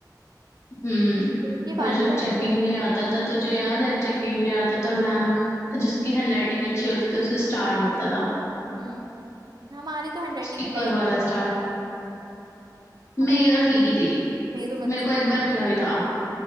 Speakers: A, on the left; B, on the right.
A: हम्म
B: फिर उनकी बात
A: और जब
B: कहाँ
A: चेकिंग
B: हुई
A: डे आता था तुझे याद है चेकिंग डे आता था मैम जिसकी हैंडराइटिंग अच्छी होती थी उसे स्टार मिलता था
B: हम्म हमारी तो हैंडराइटिंग
A: स्टिकर
B: क्या ही
A: वाला
B: थी अजीब
A: स्टार मेरी
B: हमारी
A: तो ठीक ही थी
B: मेरी तो गंदी
A: मेरे को एक बार मिला भी था